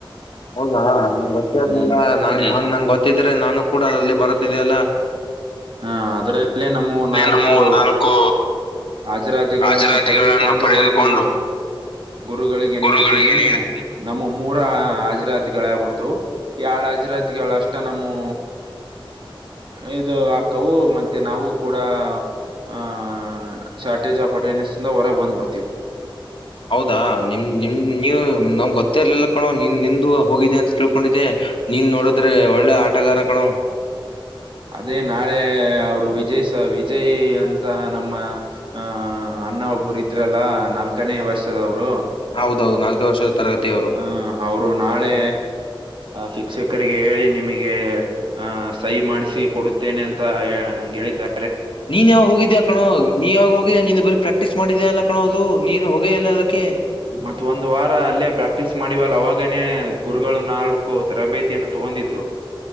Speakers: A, on the left; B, on the right.
A: ಹೌದಾ ನಂಗೆ ಗೊತ್ತೇ ಇರ್ಲಿಲ್ಲ
B: ಹ್ಮ್
A: ನಂಗ ಹಂಗ್ ನಂಗ್ ಗೊತ್ತಿದ್ರೆ ನಾನು ಕೂಡ ಅ ಅಲ್ಲಿ ಬರತ್ತಿದ್ಯಲ್ಲ
B: ಹ ಅದ್ರಲ್ಲೇ ನಮ್ಮ ನಾಲ್ಕು
A: ನಮ್ಮ ನಾಲ್ಕು
B: ಹಾಜರಾತಿಗಳನ್ನು
A: ಹಾಜರಾತಿಗಳನ್ನು
B: ಪಡೆದುಕೊಂಡು
A: ಪಡೆದುಕೊಂಡು
B: ಹೋಗಿ ಗುರುಗಳಿಗೆ
A: ಗುರುಗಳಿಗೆ
B: ನೀಡ್ತೀನಿ
A: ನೀಡಿ
B: ನಮ್ಮ ಮೂರ ಹಾಜಿರಾತಿಗಳೇಗ್ಬಿಡ್ತವು ಎಡ್ ಹಜರಾತ್ಗೆಳ ಅಷ್ಟ ನಮ್ಮೂ ಇದು ಅಕ್ಕವು ಮತ್ತೆ ನಾವು ಕೂಡ ಆ ಶಾರ್ಟೇಜ್ ಆಪರ್ಟೇನ್ಸ್ಂದ ಹೊರ ಬಂದ್ಡ್ತೀವಿ
A: ಹೌದಾ ನಿಮ್ ನಿಮ್ ನೀವು ನಮ್ ಗೊತ್ತೇ ಇರ್ಲಿಲ್ಲ ಕಣೋ. ನೀನ್ ನಿಂದು ಹೋಗಿದೆ ಅಂತ ತಿಳ್ಕೊಂಡಿದ್ದೆ. ನೀನ್ ನೋಡದ್ರೆ ಒಳ್ಳೆ ಆ- ಟಗಾರರಕ್ಕಣೋ <inaudible>
B: ಅದೇ ನಾಳೆ ಅವ್ರು ವಿಜಯ್ ಸ ವಿಜಯ್ ಅಂತ ನಮ್ಮ <unintelligible> ಆಹ ಅಣ್ಣ ಒಬ್ಬರು ಇದ್ರಲ್ಲ ನಾಲ್ಕನೇ ವರ್ಷದವ್ರು.
A: ಹೌದೌದು ನಾಲ್ಕು ವರ್ಷದ ತರಗತಿವ್ರು.
B: ಹ ಅವರು ನಾಳೆ ಆ ಶಿಕ್ಷಕರಿಗೆ ಹೇಳಿ ನಿಮಗೆ. ಆಹ ಸಹಿ ಮಾಡಿಸಿ ಕೊಡುತ್ತೇನೆ ಅಂತ ನಂಗೆ ಹೇ-
A: ನೀನ್ ಯಾವ ಹೋಗಿದ್ದ್ಯಾ. ಕದು ನೀ ಯಾಗ ಹೋಗಿದ್ದ. ನೀಂದ ಬರೀ ಪ್ರಾಕ್ಟೀಸ್ ಮಾಡಿದ್ಯಾ ಅಲ್ಲ ಕಾಣೋದು ನೀನ್ ಹೋಗೇಯಲ್ಲ. ಅದಕ್ಕೆ
B: ಮತ್ತ ಒಂದ್ ವಾರ ಅಲ್ಲೇ ಪ್ರಾಕ್ಟೀಸ್ ಮಾಡಿವಲ್ಲ ಅವಾಗನೇ ಗುರುಗಳು ನಾಲ್ಕು ತರಬೇತಿಯನ್ನು ತಗೊಂಡಿದ್ರು.